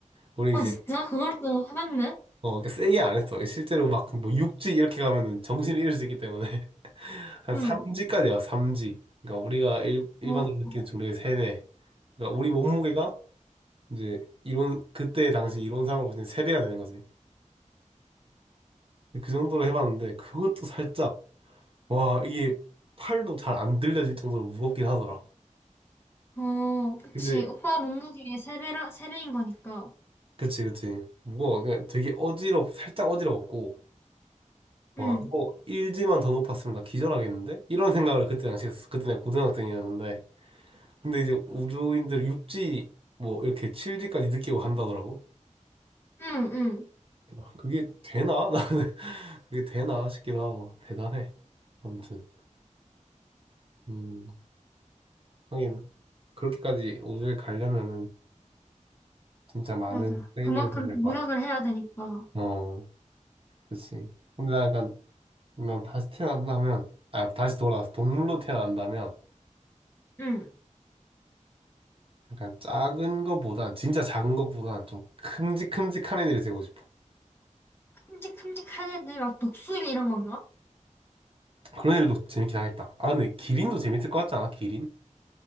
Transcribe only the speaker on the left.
어,
진짜? 그걸 또 해봤네?
응.
어,
어, 그치.
오빠 몸무게의 세배라세배인 거니까.
응,
응, 응.
맞아.
그만큼
또
노력을 해야 되니까.
응.
큼직큼직한 애들, 막 독수리 이런 건가?